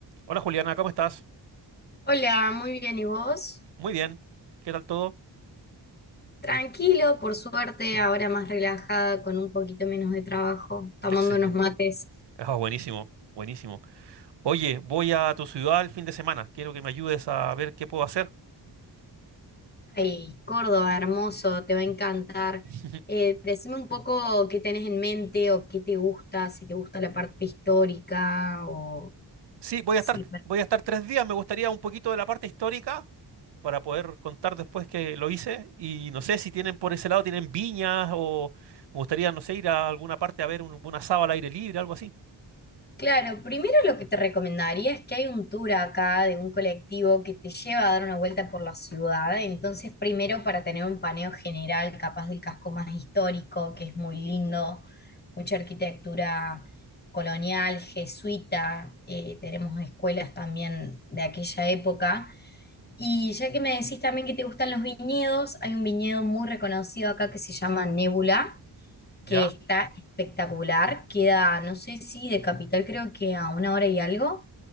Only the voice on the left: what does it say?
Hola, muy bien, ¿y vos?
Tranquilo, por suerte, ahora más relajada, con un poquito menos de trabajo, tomando
unos mates.
Ay, Córdoba, hermoso, te va a encantar.
Eh, decime un poco qué tenés en mente o qué te gusta, si te gusta la parte histórica o
sí.
Claro, primero lo que te recomendaría es que hay un tour acá de un colectivo que te lleva a dar una vuelta por la ciudad. Entonces, primero para tener un paneo general, capaz del casco más histórico, que es muy lindo, mucha arquitectura colonial, jesuita, eh, tenemos escuelas también de aquella época. Y ya que me decís también que te gustan los viñedos, hay un viñedo muy reconocido acá que se llama Nébula que
está espectacular. Queda, no sé si de Capital, creo que a una hora y algo.